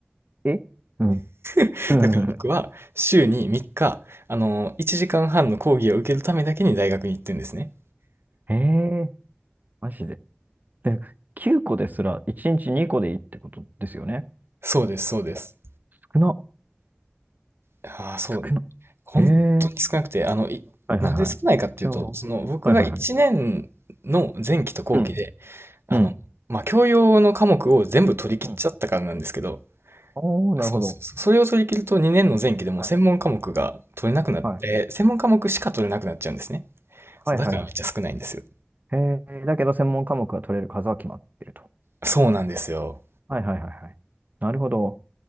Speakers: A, on the right; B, on the right.
A: えうん。
B: <laughs>
A: うん
B: だから僕は週に3日、
A: <laughs>
B: あの、1時間半の講義を受けるためだけに大学に行ってるんですね。
A: へえ、マジで。で、9個ですら1日2個でいいってことですよね。
B: そうです、そうです。
A: 少な。
B: ああ、
A: 少な。
B: そう、本当に少なくて、
A: へえ。
B: あの、い、
A: はいはいはい。
B: なんで少ないかっていうと、
A: じゃあ、は
B: その、僕が1年の前期と後期で、
A: いはいはい。うん。
B: あの、
A: うん。
B: まあ、教養の科目を全部取り切っちゃったからなんですけど、
A: うん。おー、なるほど。
B: そうそうそう、それを取り切ると2年の前期でもう専門科目が取れなくなって、
A: はい
B: 専門科目しか取れなくなっちゃうんですね。
A: はいはいは
B: そう、だからめっちゃ少ないんですよ。
A: い。えー、だけど専門科目が取れる数は決まっていると。
B: そうなんですよ。
A: はいはいはいはい。なるほど。